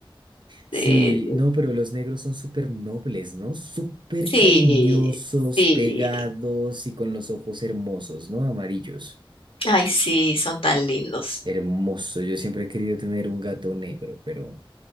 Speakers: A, on the right; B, on the left.
A: Sí,
B: Sí,
A: no, pero los negros son súper nobles, ¿no? Súper
B: sí,
A: cariñosos,
B: sí.
A: pegados y con los ojos hermosos, ¿no? Amarillos.
B: Ay, sí, son tan lindos.
A: Hermoso. Yo siempre he querido tener un gato negro, pero...